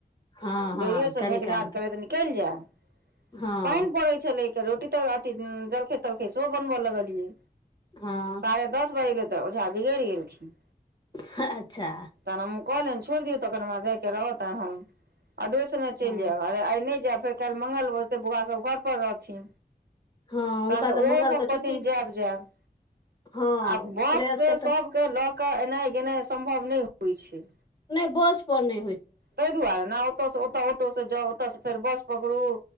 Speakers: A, on the left; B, on the right.
A: हँ हँ
B: बेबियो सँ
A: कनि
B: भेट -घाँट
A: काल
B: करैत निकैल जेएब
A: हँ
B: पैन पड़ै छेलै। तऽ रोटी तो अथि जलखेै- तलखेै सेहो बनबऽ लगलियै
A: हँ
B: साढ़े दस बैज गेल। तऽ ओझा बिगैर गेलखीन।
A: ह-ह अच्छा
B: तहन हम कहलयैन छोड़ दियौ तखन हम जायके रहत तऽ हम। ऑडवे संगे चैल
A: हँ
B: जेएब अरे आय नै जेएब फेर कैल्ह मंगल भजेतेै बौआ सब घर पर रहथिन।
A: हँ हुनका
B: तहन तऽ ओहो
A: मंगलके
B: सब कहथिन
A: छुट्टी
B: जेएब -जेएब।
A: हँ
B: आ बस
A: श्रेयसके
B: से
A: तऽ
B: सबके लऽ कऽ एनाइ गेनाइ सम्भव नै होय छै।
A: नै बस पर नै।
B: तैय दुआरे ने ओतऽ सँ ओतऽ ऑटोसँ जाउ ओतऽ सँ फेर बस पकड़ू।